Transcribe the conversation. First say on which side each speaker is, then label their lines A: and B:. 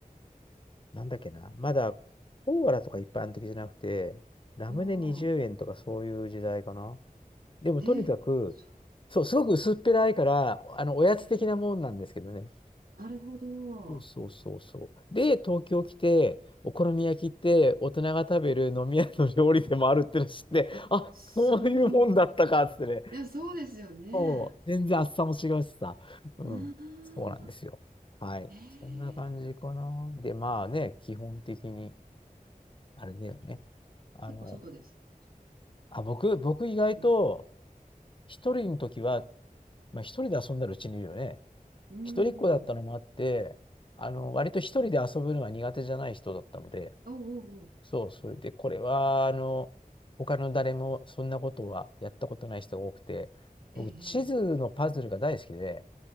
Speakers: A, on the left; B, on the right.
A: なんだっけな、まだコーラとか一般的じゃなくて、ラムネ20円とかそういう時代かな。
B: おー、
A: でもとにかく、
B: え、そ
A: そう、すごく薄っぺらいから、あの、おやつ的なもんなんですけどね。
B: う、ええ、なるほど。
A: そうそうそうそう。で、東京来て、お好み焼きって大人が食べる飲み屋の料理でもあるっての知って、
B: あ、
A: あ、
B: そ
A: そういうもんだったかっつってね。
B: う、いや、そうですよね。
A: そう、全然厚さも違うしさ。うん。
B: ああ、
A: そうなんですよ。はい。
B: え
A: そんな感じかな。
B: え、
A: で、まあね、基本的に、あれだよね。あの、
B: 結構外ですか
A: あ、僕、僕意外と、
B: うん、
A: 一人の時は、まあ一人で遊んだらうちにいるよね。
B: うん、
A: 一人っ子だったのもあって、
B: うん、
A: あの、割と一人で遊ぶのが苦手じゃない人だったので、
B: うん。おうおうおう、
A: そう、それで、これは、あの、他の誰もそんなことはやったことない人が多くて、僕、
B: ええ、
A: 地図のパズルが大好きで、
B: ええ